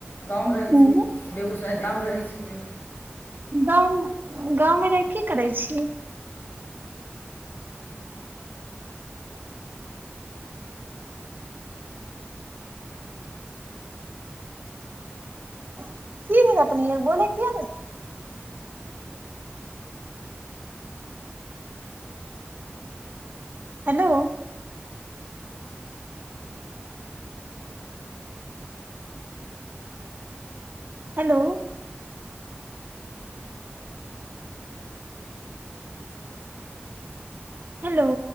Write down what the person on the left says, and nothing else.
गाँवमे रहै
छी बेगूसराय गमे रहै छियै